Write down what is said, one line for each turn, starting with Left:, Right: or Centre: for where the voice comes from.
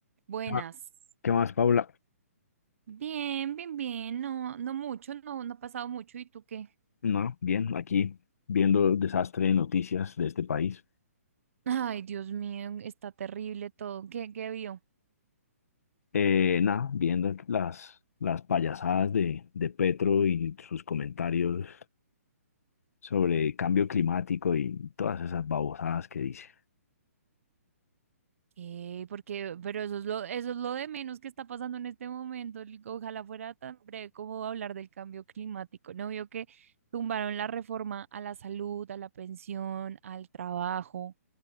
Right: Buenas.
Left: Ah, ¿Qué más, Paula?
Right: Bien, bien, bien. No, no mucho, no, no ha pasado mucho. ¿Y tú qué?
Left: No, bien, aquí viendo el desastre de noticias de este país.
Right: <laughs> Ay, Dios mío, está terrible todo. ¿Qué, qué vio?
Left: Eh, nada, viendo las, las payasadas de, de Petro y sus comentarios sobre cambio climático y todas esas babosadas que dice.
Right: ¿Qué? Porque, pero eso es lo, eso es lo de menos que está pasando en este momento. El- Ojalá fuera tan breve como hablar del cambio climático. ¿No vio que tumbaron la reforma a la salud, a la pensión, al trabajo?